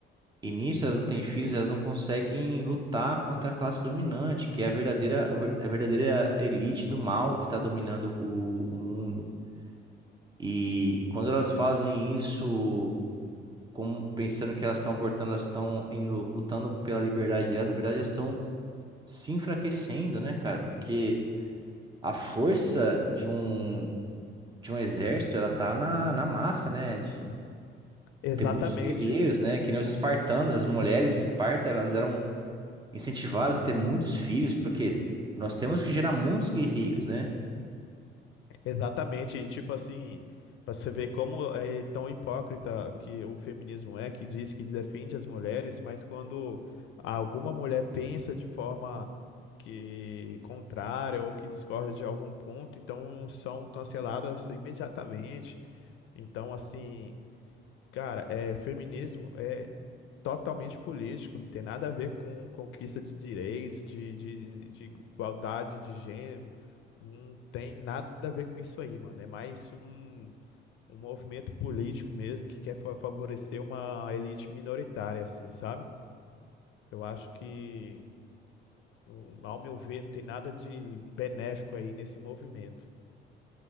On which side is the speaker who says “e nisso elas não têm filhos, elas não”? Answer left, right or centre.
Right